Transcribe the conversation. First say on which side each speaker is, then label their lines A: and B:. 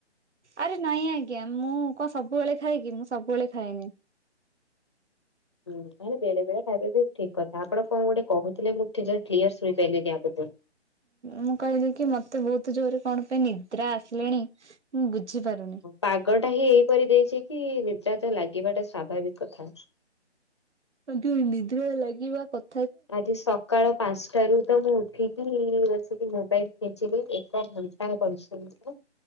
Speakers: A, on the right; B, on the left.
A: ଆରେ ନାଇଁ ଆଜ୍ଞା ମୁଁ କଣ ସବୁବେଳେ ଖାଇକି ମୁଁ ସବୁବେଳେ ଖାଏନି
B: ହୁଁ ତାହେଲେ ବେଳେ ବେଳେ ଖାଇବେ ବି ଠିକ କଥା ଆପଣ କଣ ଗୋଟେ କହୁଥିଲେ ମୁଁଠ କ୍ଲିୟର ଶୁଣିପାରଲିି ଆଗକୁ
A: ମୁଁ କହିଲି କି ମତେ ବହୁତ ଜୋରରେ କଣ ପାଇଁ ନିଦ୍ରା ଆସିଲେଣି ମୁଁ ବୁଝିପାରୁନି
B: ପାଗ ଟା ହିଁ ଏଇପରି ଦେଇଛି କି ନିଦ୍ର ତ ଲାଗିବାଟା ସଵାଭାବିକ କଥା
A: ଆଜ୍ଞା ନିଦ୍ର ଲାଗିବା କ
B: ଆଜି ସକାଳ ପାଞ୍ଚଟାରୁ ତ ମୁଁ ଉଠିକି ବସିକି ମୋବାଇଲ ଖେଞ୍ଚିଲି ଏକ ଘଣ୍ଟା କରିି <unintelligible>